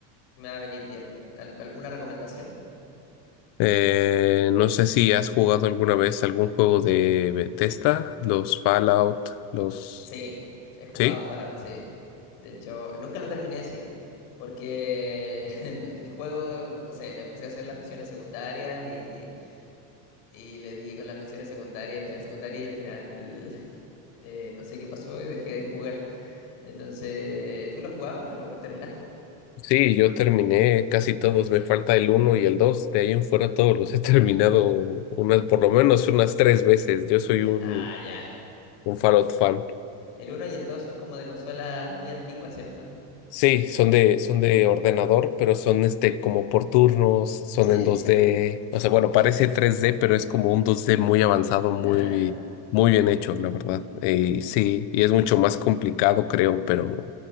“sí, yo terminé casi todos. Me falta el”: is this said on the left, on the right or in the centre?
Left